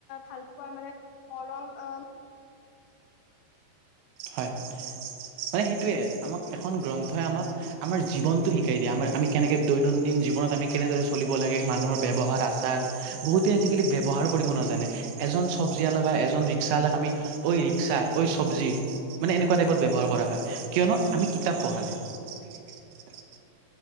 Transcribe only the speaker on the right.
হয়। মানে সেইটোয়ে, আমাক এখন গ্ৰন্থই আমাক আমাৰ জীৱনটো শিকাই দিয়ে। আমাৰ আমি কেনেকে দৈনন্দিন জীৱনত আমি কেনেদৰে চলিব লাগে, মানুহৰ ব্যৱহাৰ আচাৰ বহুতে আজিকালি ব্যৱহাৰ কৰিব নাজানে। এজন চব্জি অলা বা এজন ৰিক্সা অলাক আমি ঐ ৰিক্সা, ঐ চব্জি। মানে এনেকুৱা টাইপত ব্যৱহাৰ কৰা হয়, কিয়নো আমি কিতাপ পঢ়া নাই।